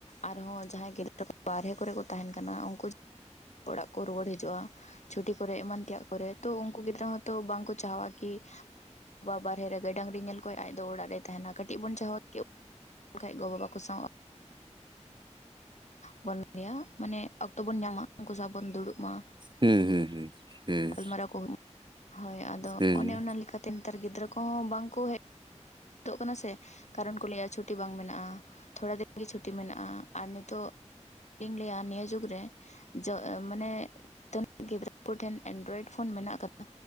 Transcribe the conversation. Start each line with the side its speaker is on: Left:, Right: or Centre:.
Left: ᱟᱨᱦᱚᱸ ᱡᱟᱦᱟᱸᱭ ᱜᱤᱫᱽᱨᱟᱹ ᱵᱟᱨᱦᱮ ᱠᱚᱨᱮ ᱠᱚ ᱛᱟᱦᱮᱱ ᱠᱟᱱᱟ ᱩᱱᱠᱩ ᱚᱲᱟᱜ ᱠᱚ ᱨᱩᱣᱟᱹᱲ ᱦᱤᱡᱩᱜᱼᱟ ᱪᱷᱩᱴᱤ ᱠᱚᱨᱮᱜ ᱮᱢᱟᱱ ᱛᱮᱭᱟᱜ ᱠᱚᱨᱮ ᱛᱚ ᱩᱱᱠᱩ ᱜᱤᱫᱽᱨᱟᱹ ᱦᱚᱸᱛᱚ ᱵᱟᱝᱠᱚ ᱪᱟᱦᱟᱜᱼᱟ ᱠᱤ ᱵᱟ ᱵᱟᱨᱦᱮ ᱨᱮ ᱜᱟᱹᱭ ᱰᱟᱹᱟᱝᱨᱤ ᱧᱮᱞ ᱠᱷᱚᱡ ᱟᱡ ᱫᱚ ᱚᱲᱟᱜ ᱨᱮ ᱛᱟᱦᱮᱱᱟ ᱠᱟᱹᱴᱤᱡ ᱵᱚᱱ ᱪᱟᱦᱟᱣ ᱠᱤ ᱠᱷᱟᱡ ᱜᱚ ᱵᱟᱵᱟ ᱠᱚ ᱥᱟᱶ ᱵᱚᱱ ᱞᱚᱱᱟᱹᱭᱟ ᱢᱟᱱᱮ ᱚᱠᱛᱚ ᱵᱚᱱ ᱧᱟᱢᱟ ᱩᱱᱠᱩ ᱥᱟᱶ ᱵᱚᱱ ᱫᱩᱲᱩᱵ ᱢᱟ
Right: ᱦᱩᱸ ᱦᱩᱸ ᱦᱩᱸ
Left: ᱜᱟᱯᱟᱞᱢᱟᱨᱟᱣ
Right: ᱦᱩᱸ
Left: ᱠᱚ ᱦᱩᱭᱩᱜᱼᱟ ᱦᱳᱭ ᱟᱫᱚ
Right: ᱦᱩᱸ
Left: ᱚᱱᱮ ᱚᱱᱟ ᱞᱮᱠᱟᱛᱮ ᱱᱮᱛᱟᱨ ᱜᱤᱫᱽᱨᱟᱹ ᱠᱚᱦᱚᱸ ᱵᱟᱝᱠᱚ ᱦᱮᱡ ᱛᱚᱜ ᱠᱟᱱᱟ ᱥᱮ ᱠᱟᱨᱚᱱ ᱠᱚ ᱞᱟᱹᱭᱟ ᱪᱷᱩᱴᱤ ᱵᱟᱝ ᱢᱮᱱᱟᱜᱼᱟ ᱛᱷᱚᱲᱟ ᱫᱤᱱᱜᱮ ᱪᱷᱩᱴᱤ ᱢᱮᱱᱟᱜᱼᱟ ᱟᱨ ᱱᱤᱛᱚᱜ ᱠᱟᱹᱴᱤᱧ ᱞᱟᱹᱭᱟ ᱱᱤᱭᱟᱹ ᱡᱩᱜᱽ ᱨᱮ ᱡᱟ ᱢᱟᱱᱮ ᱱᱟᱹᱜ ᱜᱤᱫᱽᱨᱟᱹ ᱠᱚᱴᱷᱮᱱ ᱮᱱᱰᱨᱚᱭᱮᱰ ᱯᱷᱳᱱ ᱢᱮᱱᱟᱜ ᱟᱠᱟᱫᱟ